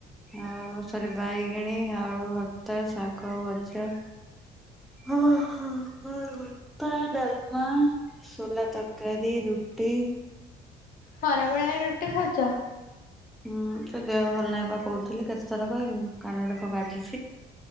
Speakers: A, in the centre; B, on the left.
A: ଆଉ ସରି ବାଇଗଣୀ, ଆଳୁ ଭର୍ତା, ଶାଗ ଭଜା। ହ ହୋ ଭର୍ତା ଡାଲମା ଶୋଲା ତରକାରୀ, ରୁଟି।
B: ଖରାବେଳରେ ରୁଟି ଖାଉଛ।
A: ହୁଁ ତ ଦେହ ଭଲ ନାହିଁ ବା କହୁଥିଲି କେତେଥର କହମି କାନରେ କଣ ବାଜିଛି